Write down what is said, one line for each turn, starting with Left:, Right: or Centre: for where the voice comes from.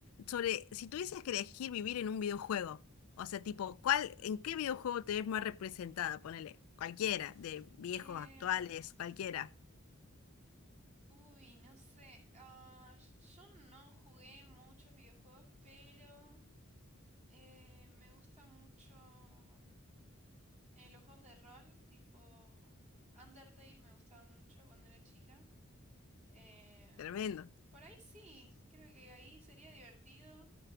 Left: sobre si tuvieses que elegir vivir en un videojuego, o sea, tipo, ¿cuál, en qué videojuego te ves más representada? Ponele, cualquiera,
Right: Uf.
Left: de viejos,
Right: em,
Left: actuales, cualquiera.
Right: uy, no sé. ah, yo no jugué muchos videojuegos, pero eh, me gusta mucho mm, eh, los juegos de rol, tipo Undertale me gustaba mucho cuando era chica. Em,
Left: Tremendo.
Right: por ahí sí, creo que ahí sería divertido.